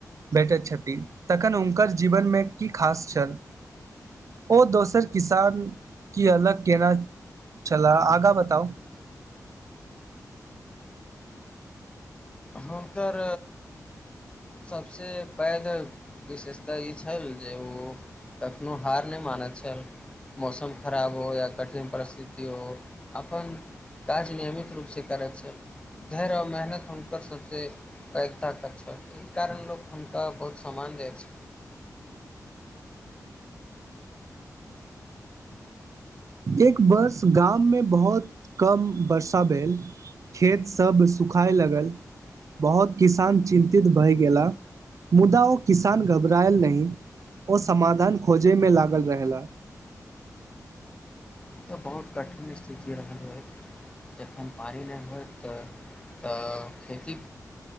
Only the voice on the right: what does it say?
भेठैत छथि तखन हुनकर जीवन मे की खास छल ओ दोसर किसान सँ अलग केना छलाह आगा बताउ
एक वर्ष गाममे बहुत कम वर्षा भेल खेतसभ सुखाए लागल बहुत किसान चिन्तित भय गेला मुदा ओ किसान घबरायल नहि ओ समाधान खोजयमे लागल रहला